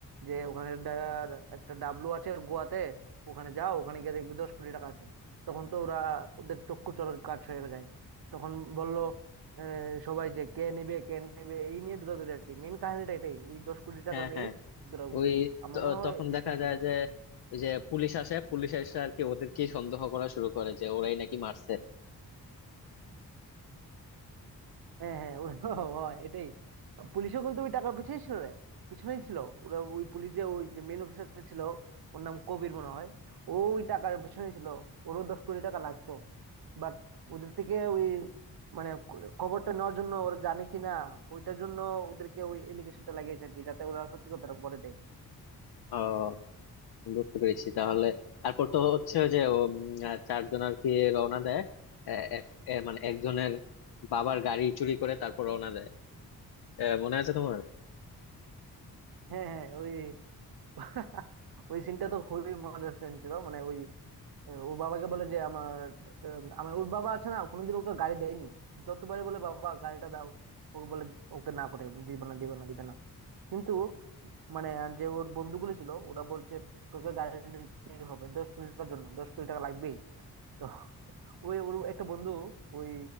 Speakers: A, on the right (about 65°); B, on the left (about 70°).
A: যে ওখানে ডা- একটা ডাবলু আছে গোয়াতে ওখানে যাও ওখানে গিয়ে দেখবি দশ কোটি টাকা আছে তখন তো ওরা ওদের চক্ষু চড়ক গাছ হয়ে যায় তখন বললো আহ, সবাই যে কে নেবে কে নেবে এই নিয়ে দৌড়াদৌড়ি আর কি মেন কাহিনীটা এটাই ওই দশ কোটি টাকা
B: হ্যাঁ
A: নিয়েই
B: হ্যাঁ
A: দৌড়াদৌড়ি
B: ওই
A: আমার
B: ত-
A: মনে হয়
B: তখন
A: এটাই
B: দেখা যায়
A: ছিল
B: যে ওই যে পুলিশ আসে পুলিশ এসে আর কি ওদেরকে সন্দেহ করা শুরু করে যে ওরাই নাকি মারছে
A: হ্যাঁ হ্যাঁ ওরা হয় এটাই পুলিশও কিন্তু ওই টাকার পিছনেই ছিল রে পিছনেই ছিল ওরা ওই পুলিশ যে ওই যে মেন অফিসারটা ছিল ওর নাম কবির মনে হয় ও ওই টাকার পিছনেই ছিল ওরও দশ কোটি টাকা লাগতো বাট ওদের থেকে ওই মানে ক- খবরটা নেওয়ার জন্য ওরা জানে কি না ওইটার জন্য ওদেরকে ওই এলিগেশনটা লাগিয়েছে আর কি যাতে ওরা সত্যি কথাটা বলে দেয়
B: ও বুঝতে পেরেছি তাহলে তারপর তো হচ্ছে ওই যে ও, উম, আহ, চারজন আর কি রওনা দেয় এ- এক- এ মানে একজনের বাবার গাড়ি চুরি করে তারপর রওনা দেয় এ, মনে আছে তোমার
A: হ্যাঁ হ্যাঁ ওই <laughs> ওই সিনটা তো খুবই মজার সিন ছিল মানে ওই ও বাবাকে বলে যে আমার আহ, আমি ওর বাবা আছে না কোনোদিন ওকে গাড়ি দেয়নি যতবারই বলে বাবা গাড়িটা দাও ওকে বলে ওকে না করে দিবে না দিবে না দিবে না কিন্তু মানে যে ওর বন্ধুগুলো ছিল ওরা বলছে তোকে গাড়ি নিতেই হবে দশ কোটি টাকার জন্য দশ কোটি টাকা লাগবেই তো ওই ওর একটা বন্ধু ওই